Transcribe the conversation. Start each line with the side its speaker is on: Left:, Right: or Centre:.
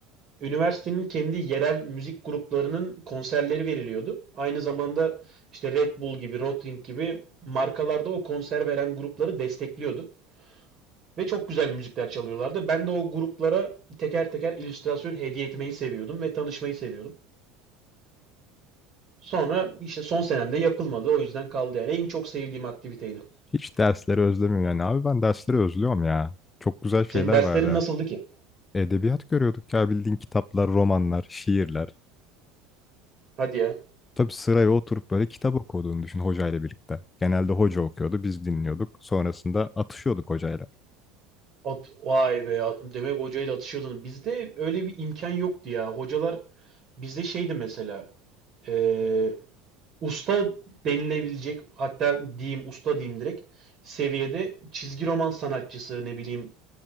Right: üniversitenin kendi yerel müzik gruplarının konserleri veriliyordu. Aynı zamanda işte Red Bull gibi, Rotring gibi markalarda o konser veren grupları destekliyordu. Ve çok güzel müzikler çalıyorlardı. Ben de o gruplara teker teker illüstrasyon hediye etmeyi seviyordum ve tanışmayı seviyordum. Sonra işte son senemde yapılmadı. O yüzden kaldı yani. En çok sevdiğim aktiviteydi.
Left: Hiç dersleri özlemiyorum yani. Abi ben dersleri özlüyorum ya. Çok güzel şeyler
Right: Senin derslerin
Left: vardı.
Right: nasıldı ki?
Left: Edebiyat görüyorduk ya bildiğin kitaplar, romanlar, şiirler.
Right: Hadi ya.
Left: Tabii sıraya oturup böyle kitap okuduğunu düşün hocayla birlikte. Genelde hoca okuyordu, biz dinliyorduk. Sonrasında atışıyorduk hocayla.
Right: At, vay be ya. Demek hocayla atışıyordun. Bizde öyle bir imkan yoktu ya. Hocalar bizde şeydi mesela. e, usta denilebilecek hatta diyeyim usta diyeyim direkt seviyede çizgi roman sanatçısı ne bileyim